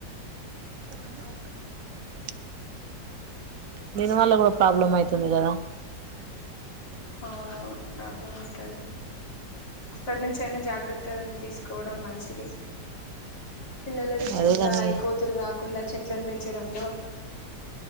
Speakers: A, on the right; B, on the left.
A: <unintelligible> దీనివల్ల కూడా ప్రాబ్లం
B: ఆ
A: అయితుంది కదా
B: అవును ప్రాబ్లమ్ అవుతంది ఇప్పటి నుంచి అయినా జాగ్రత్తలు తీసుకోవడం మంచిది పిల్లల విషయంలో
A: అదేగాని
B: అవి కోతులు రాకుండా చెట్లను పెంచడంలో